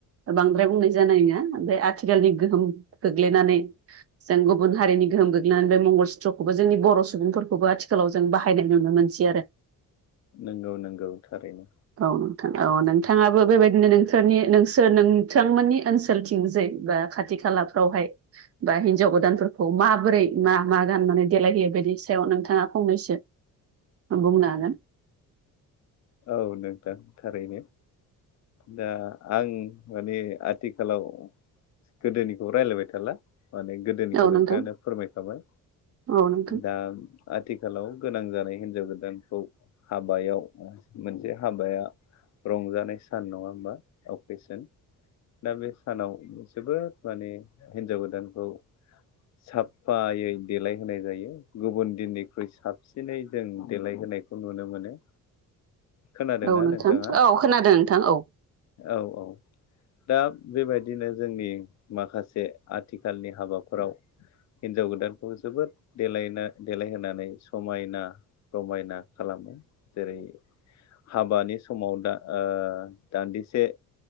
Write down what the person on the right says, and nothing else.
बांद्राय बुंनाय जानाय नङा ओमफ्राय आथिखालनि गोहोम खग्लैनानै। जों गुबुन हारिनि गोहोम गोग्लैनानै बे मंगल सुत्रखौबो जोंनि बर' सुबुंफोरखौबो आथिखालाव। जों बाहायनाय नुनो मोनसै आरो।
औ नोंथां औ बेबायदिनो नोंसोर नोंथांमोननि ओनसोलथिंजै बा। खाथि खालाफ्रावहाय। बा हिन्जाव गोदानफोरखौ माबोरै मा मा गाननानै देलायहैयो बेनि सायाव नोंथाङा फंनैसो। बुंनो हागोन।
औ
नोंथां
औ नोंथां
औ नोंथां
औ खोनादों नोंथां औ।